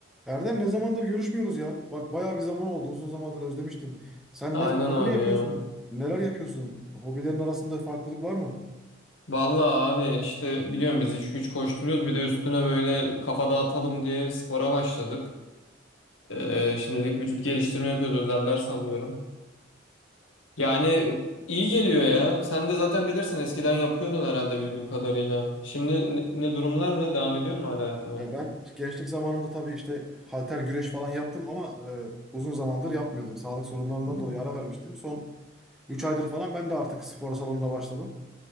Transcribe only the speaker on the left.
Aynen
abi
ya.
Vallahi abi işte biliyorum biz iş güç koşturuyoruz bir de üstüne böyle kafa dağıtalım diye spora başladık. Ee, şimdilik vücut geliştirme yapıyoruz özel ders alıyorum. Yani iyi geliyor ya. Sen de zaten bilirsin eskiden yapıyordun herhalde bildiğim kadarıyla. Şimdi ne, ne durumlar ne devam ediyorsun mu hala yapmaya?
Hmm.